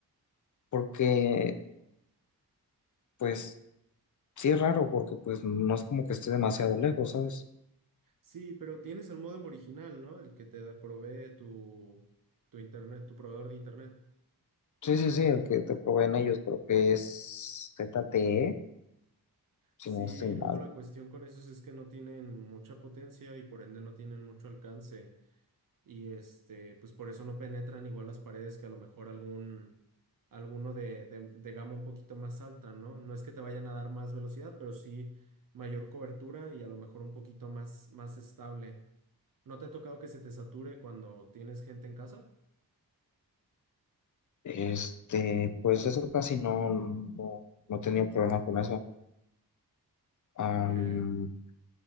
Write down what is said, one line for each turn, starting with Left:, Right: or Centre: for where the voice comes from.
Left: porque pues sí es raro porque pues no es como que esté demasiado lejos, ¿sabes?
Right: Sí, pero tienes el modem original, ¿no? El que te da- provee tu, tu internet, tu proveedor de internet.
Left: Sí, sí, sí, el que te proveen ellos creo que es ZTE, si
Right: Sí,
Left: no estoy mal.
Right: luego la cuestión con esos es que no tienen mucha potencia y por ende no tienen mucho alcance. Y este, pues por eso no penetran igual las paredes que a lo mejor algún, alguno de, de, de gama un poquito más alta, ¿no? No es que te vayan a dar más velocidad, pero sí mayor cobertura y a lo mejor un poquito más, más estable. ¿No te ha tocado que se te sature cuando tienes gente en casa?
Left: Este, pues eso casi no, no, no he tenido problema con eso. Am,
Right: Ya.